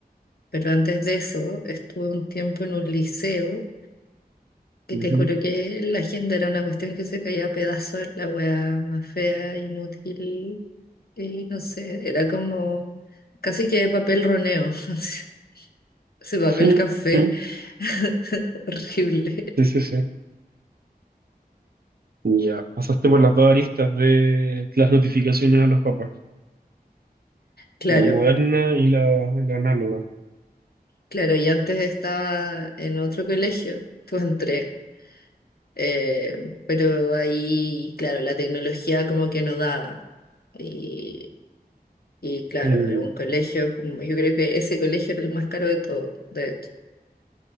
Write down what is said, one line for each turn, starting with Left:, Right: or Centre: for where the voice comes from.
Left: Pero antes de eso, estuve un tiempo en un liceo Y
Right: Ujú.
Left: te juro que la agenda era una cuestión que se caía a pedazos, era la wea más fea, inútil, y no sé, era como casi que papel roneo, <laughs> ese papel
Right: <laughs>
Left: café, <laughs> horrible.
Right: Sí, sí, sí. Ya, pasaste por las dos aristas de las notificaciones a los papás,
Left: Claro,
Right: la moderna y la, la análoga.
Left: claro, y antes estaba en otro colegio, pues entré, eh, pero ahí, claro, la tecnología como que no daba. Y, y claro,
Right: Mm.
Left: era un colegio, como, yo creo que ese colegio era el más caro de todo, de hecho.